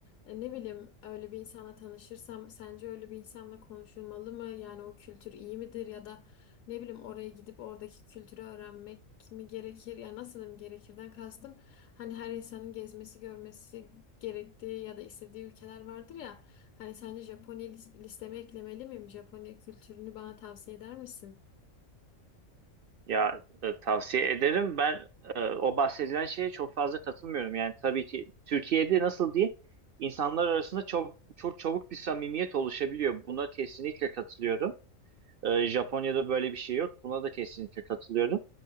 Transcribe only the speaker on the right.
Ya e, tavsiye ederim. Ben e, o bahsedilen şeye çok fazla katılmıyorum. Yani tabii ki Türkiye'de nasıl diyeyim? insanlar arasında çok çok çabuk bir samimiyet oluşabiliyor. Buna kesinlikle katılıyorum. Ee, Japonya'da böyle bir şey yok. Buna da kesinlikle katılıyorum.